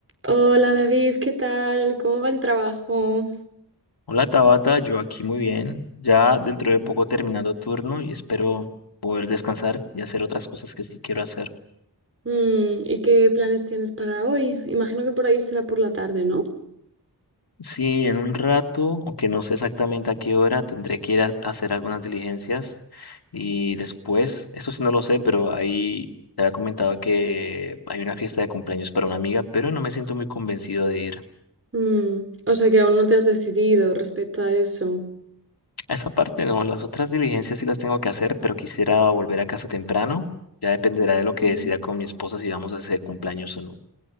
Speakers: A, on the right; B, on the left.
A: Hola David, ¿qué tal? ¿Cómo va el trabajo?
B: Hola Tabata, yo aquí muy bien, ya dentro de poco terminando turno y espero poder descansar y hacer otras cosas que sí quiero hacer.
A: Mm, ¿y qué planes tienes para hoy? Imagino que por ahí será por la tarde, ¿no?
B: Sí, en un rato, aunque no sé exactamente a qué hora, tendré que ir a hacer algunas diligencias y después, eso sí no lo sé, pero ahí te había comentado que hay una fiesta de cumpleaños para una amiga, pero no me siento muy convencido de ir.
A: Mm, o sea que aún no te has decidido respecto a eso.
B: A esa parte no, las otras diligencias sí las tengo que hacer, pero quisiera volver a casa temprano. Ya dependerá de lo
A: Ujú.
B: que decida con mi esposa si vamos a hacer cumpleaños o no.